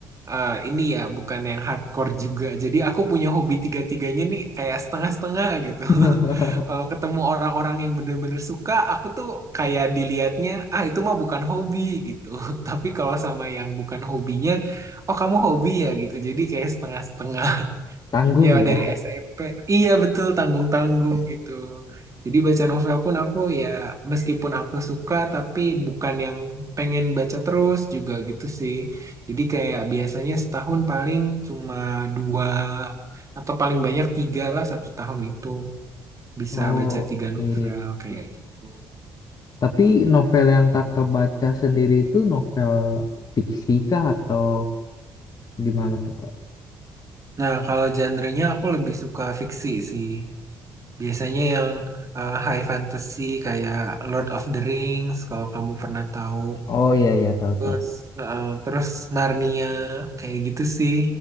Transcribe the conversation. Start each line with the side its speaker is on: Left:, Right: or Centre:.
Right: eh, ini ya bukan yang hardcore juga. Jadi aku punya hobi tiga-tiganya nih kayak setengah-setengah gitu. <laughs>
Left: <laughs>
Right: Kalau ketemu orang-orang yang bener-bener suka, aku tuh kayak dilihatnya, ah itu mah bukan hobi gitu. <laughs> Tapi kalau sama yang bukan hobinya Oh kamu hobi ya gitu, jadi kayak setengah-setengah <laughs>
Left: Tanggung
Right: ya dari
Left: ya.
Right: SMP. Iya betul tanggung-tanggung gitu. Jadi baca novel pun aku ya meskipun aku suka tapi bukan yang pengen baca terus juga gitu sih. Jadi kayak biasanya setahun paling cuma dua atau paling banyak tiga lah satu tahun itu bisa
Left: Oh,
Right: baca tiga novel
Left: oke.
Right: kayak gitu.
Left: Tapi novel yang kakak baca sendiri itu novel fiksi kah atau gimana tuh, Kak?
Right: Nah kalau genre-nya aku lebih suka fiksi sih. Biasanya yang eh, high fantasy kayak Lord of the Rings kalau kamu pernah tahu.
Left: Oh iya iya tahu
Right: Terus
Left: tahu.
Right: eh, terus Narnia kayak gitu sih.